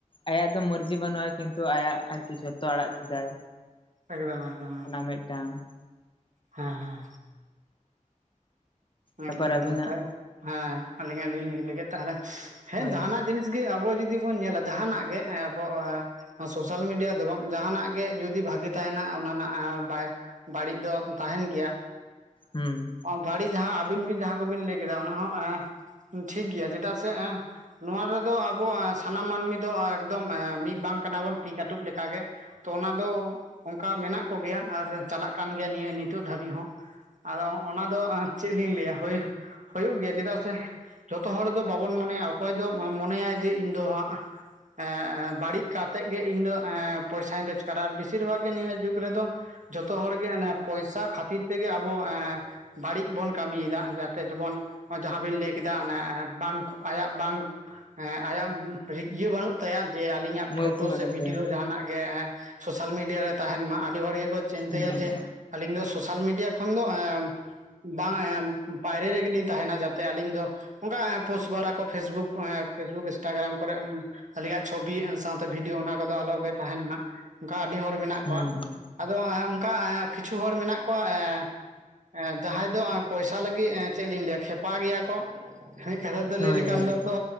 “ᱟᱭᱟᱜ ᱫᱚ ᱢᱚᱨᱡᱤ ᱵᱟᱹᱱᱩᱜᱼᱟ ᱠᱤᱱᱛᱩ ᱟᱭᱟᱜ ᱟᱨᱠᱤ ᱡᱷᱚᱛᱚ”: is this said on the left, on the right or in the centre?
Left